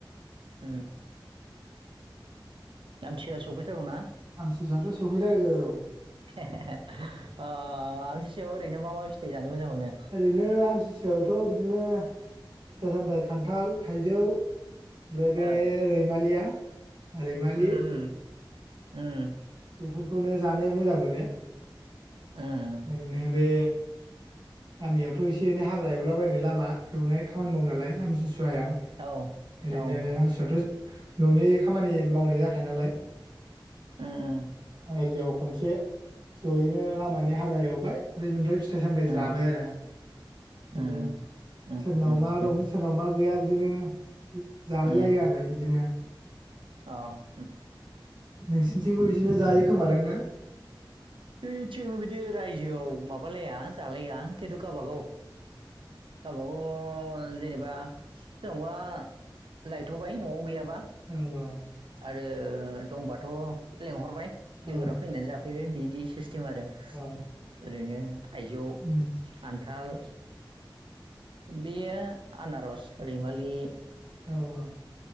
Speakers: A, on the right (about 75°); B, on the right (about 65°).
A: ओम आमथिसुवाया सफैथारगौना
B: आमथिसुवायाथ' सौफैथारगौ
A: <inaudible> ओ आमथिसुयाव ओरैनो मा मा फिथाइ जानो मोजां मोनो?
B: ओरैनो आमथिसुवायावथ' बिदिनो फिथाइ सामथाइ खान्थाल थाइजौ ओमफ्राय बे
A: ओ
B: रैमालिया रैमालि
A: उम उम उम
B: बेफोरखौनो जानो मोजां मोनो।
A: उम
B: ओरैनो बे गामियावथ' एसे एनै हाग्रा एवलाबायनाय लामा एवनाय खामानि मावो नालाय आमथि सुवायाव ओरैनो
A: औ उम
B: आमथि सुवायावथ' न'नि खामानि मावनाय जाखाया नालाय।
A: उम उम
B: रायजोआव खनसे जयैनो लामानि हाग्रा एवबाय ओमफ्राय बेनिफ्राय फिथाइ सामथाइ
A: उम
B: जाबाय आरो बिदि
A: उम
B: सोरनाव
A: उम
B: मा
A: उम
B: दं सोरनाव मा गैया बिदिनो
A: उम
B: जालाय लायो आरो बिदिनो।
A: अ उम
B: नोंसिथिंबो बिदिनो जायो खोमा दां ना?
A: जोंनिथिंबो बिदि रायजोयाव माबा लाया खिनथु गावबा गाव गावबा गाव जेनेबा सोरनावबा लायथ'बाय न'वाव गैयाबा
B: औ औ
A: आरो दंबाथ' लेंहरबाय लोगोफ्रा
B: औ
A: फैनानै जाफैबाय बिदि सिस्टेम आरो।
B: औ
A: ओरैनो थाइजौ
B: उम
A: खान्थाल बेयो आनारस रैमालि
B: औ औ